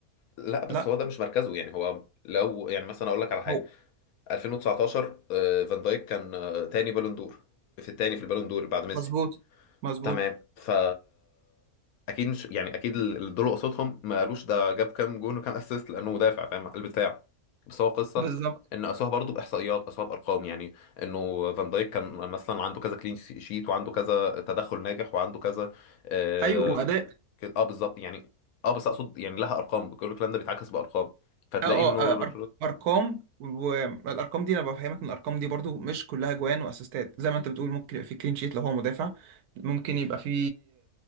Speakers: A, on the left; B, on the right.
A: لا بس
B: لا
A: هو ده مش مركزه يعني هو لو يعني مثلا اقول لك على حاجه
B: هو
A: 2019 آه فان دايك كان آه تاني بالون دور في التاني في البالون دور بعد ميسي
B: مظبوط مظبوط
A: تمام فا اكيد مش يعني اكيد اللي دول قصتهم ما قالوش ده جاب كام جون وكام اسيست لانه مدافع فاهم البتاع بس هو قصه
B: بالظبط
A: ان قاسوها برضه باحصائيات قاسوها بارقام يعني انه فان دايك كان مثلا عنده كذا كلين شيت وعنده كذا تدخل ناجح وعنده كذا اه
B: ايوه واداء
A: كده- آه بالظبط يعني اه بس اقصد يعني لها ارقام كل الكلام ده بيتعكس بارقام فتلاقي
B: اه
A: انه
B: اه آه، أر- ارقام والارقام دي انا بفهمك ان الارقام دي برضو مش كلها جوان واسيستات زي ما انت بتقول ممكن يبقى في كلين شيت لو هو مدافع ممكن يبقى في